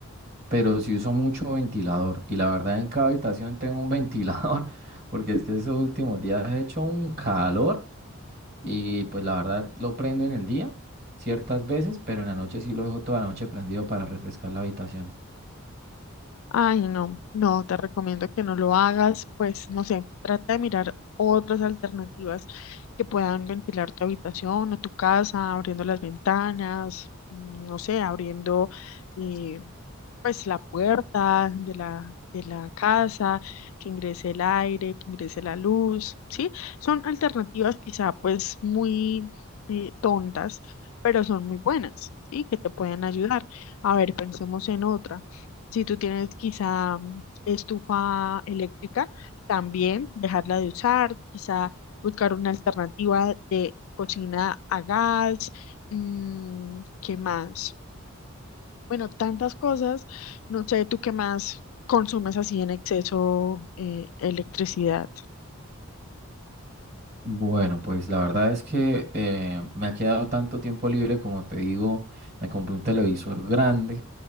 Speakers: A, on the right; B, on the left.
A: pero sí uso mucho ventilador. Y la verdad en cada habitación tengo un ventilador, <laughs> porque es que esos últimos días he hecho un calor. Y pues la verdad lo prendo en el día ciertas veces, pero en la noche sí lo dejo toda la noche prendido para refrescar la habitación.
B: Ay, no, no, te recomiendo que no lo hagas, pues no sé, trata de mirar otras alternativas que puedan ventilar tu habitación o tu casa, abriendo las ventanas, mm, no sé, abriendo eh, pues la puerta de la, de la casa, que ingrese el aire, que ingrese la luz, ¿sí? Son alternativas quizá pues muy eh, tontas, pero son muy buenas, ¿sí? Que te pueden ayudar. A ver, pensemos en otra. Si tú tienes quizá mm, estufa eléctrica, también dejarla de usar, quizá buscar una alternativa de cocina a gas, mm, ¿qué más? Bueno, tantas cosas. No sé, ¿tú qué más consumes así en exceso eh, electricidad?
A: Bueno, pues la verdad es que eh, me ha quedado tanto tiempo libre, como te digo, me compré un televisor grande